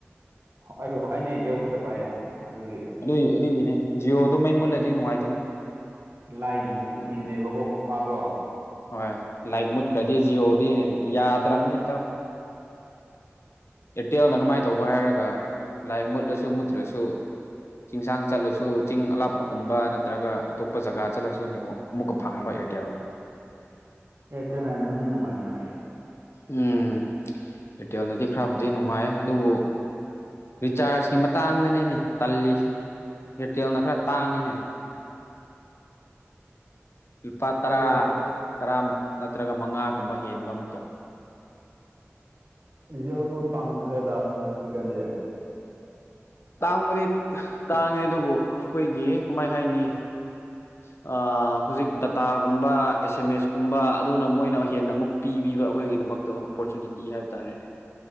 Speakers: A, on the right (about 60°); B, on the left (about 60°).
A: ꯑꯗꯨ ꯑꯩꯗꯤ ꯖꯤꯌꯣ ꯈꯛꯇ ꯄꯥꯏꯌꯦ ꯑꯗꯨꯒꯤ
B: ꯑꯗꯨꯏ ꯑꯗꯨꯒꯤꯅꯦ ꯖꯤꯑꯣꯗꯣ ꯃꯩ ꯃꯨꯠꯂꯗꯤ ꯅꯨꯡꯉꯥꯏꯇꯕꯅꯦ
A: ꯂꯥꯏꯒꯤ ꯃꯇꯨꯡ ꯏꯜꯂꯦꯕꯀꯣ ꯃꯥꯄꯥꯗꯣ
B: ꯍꯣꯏ ꯂꯥꯏꯛ ꯃꯨꯠꯈ꯭ꯔꯗꯤ ꯖꯤꯑꯣꯗꯤ ꯌꯥꯗ꯭ꯔꯕꯅꯦ ꯏꯇꯥꯎ ꯑꯦꯔꯇꯦꯜꯅ ꯀꯃꯥꯏꯅ ꯇꯧꯕ ꯍꯥꯏꯔꯒ ꯂꯥꯏꯛ ꯃꯨꯠꯂꯁꯨ ꯃꯨꯠꯇ꯭ꯔꯁꯨ ꯆꯤꯡꯁꯥꯡ ꯆꯠꯂꯁꯨ ꯆꯤꯡ ꯑꯂꯥꯞꯄꯒꯨꯝꯕ ꯅꯠꯇ꯭ꯔꯒ ꯑꯇꯣꯞꯄ ꯖꯒꯥ ꯆꯠꯂꯁꯨ ꯅꯦꯠꯋꯥꯛ ꯑꯃꯨꯛꯀ ꯐꯪꯕ ꯑꯦꯔꯇꯦꯜꯅ
A: ꯑꯦꯔꯇꯦꯜꯅ ꯅꯨꯡꯗꯤ ꯅꯨꯉꯥꯏ ꯃꯥꯜꯂꯦꯗ
B: ꯎꯝ ꯑꯦꯔꯇꯦꯜꯅꯗꯤ ꯈꯔꯕꯨꯗꯤ ꯅꯨꯡꯉꯥꯏꯌꯦ ꯑꯗꯨꯕꯨ ꯔꯤꯆꯥꯔꯖꯀꯤ ꯃꯇꯥꯡꯗꯅꯦꯅꯦ ꯇꯜꯂꯤꯁꯦ ꯑꯦꯌꯥꯔꯇꯦꯜꯅ ꯈꯔꯥ ꯇꯥꯡꯉꯦꯅꯦ ꯂꯨꯄꯥ ꯇꯔꯥ
A: ꯑꯣꯏꯕ
B: ꯇꯔꯥ ꯅꯠꯇ꯭ꯔꯒ ꯃꯉꯥꯒꯨꯝꯕ ꯍꯦꯟꯕ ꯑꯃꯨꯛꯀ
A: ꯖꯤꯌꯣꯁꯨ ꯇꯪꯈ꯭ꯔꯦꯗ ꯍꯧꯖꯤꯛꯀꯥꯟꯗꯤ
B: ꯇꯥꯡꯕꯗꯤ ꯇꯥꯡꯉꯦ ꯑꯗꯨꯕꯨ ꯑꯩꯈꯣꯏꯒꯤ ꯀꯃꯥꯏ ꯍꯥꯏꯅꯤ
A: <inaudible>
B: ꯑ ꯍꯧꯖꯤꯛ ꯗꯥꯇꯥꯒꯨꯝꯕ ꯑꯦꯁ ꯃꯦꯁ ꯀꯨꯝꯕ ꯑꯗꯨꯅ ꯃꯣꯏꯅ ꯍꯦꯟꯅ ꯑꯃꯨꯛ ꯄꯤꯕꯤꯕ ꯑꯩꯈꯣꯏꯒꯤꯗꯃꯛꯇ ꯑꯣꯄꯣꯔꯆꯨꯅꯤꯇꯤ ꯍꯥꯏꯕ ꯇꯥꯔꯦꯅꯦ